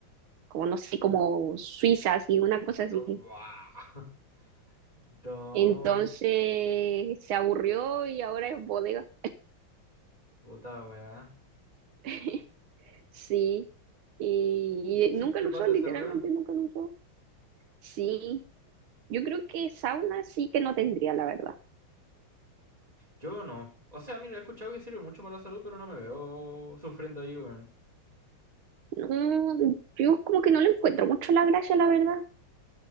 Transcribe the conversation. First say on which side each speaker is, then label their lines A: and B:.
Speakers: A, on the right; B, on the right.
A: como no sé, como suizas y una cosa así.
B: No, buah. <laughs> No,
A: Entonces se aburrió y ahora es bodega.
B: puta weá.
A: <laughs> Sí, y,
B: Siempre
A: y nunca lo
B: pasa
A: usó, literalmente
B: esa weá.
A: nunca lo usó. Sí, yo creo que sauna sí que no tendría, la verdad.
B: Yo no. O sea, mira, he escuchado que sirve mucho para la salud, pero no me veo sufriendo ahí, weón.
A: No, yo como que no le encuentro mucho la gracia, la verdad.